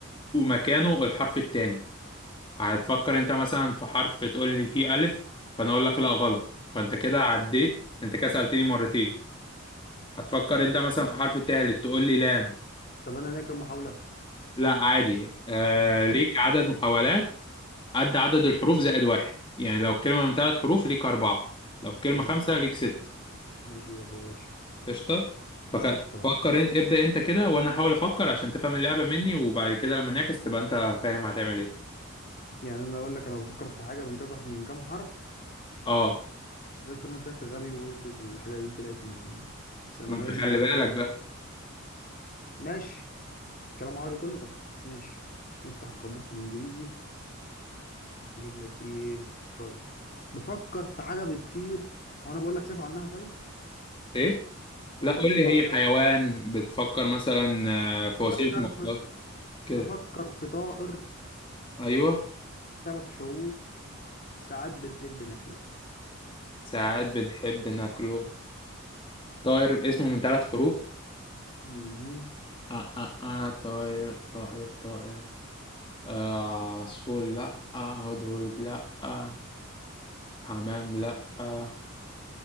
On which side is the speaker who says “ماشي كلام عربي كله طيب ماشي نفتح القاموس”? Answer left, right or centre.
Left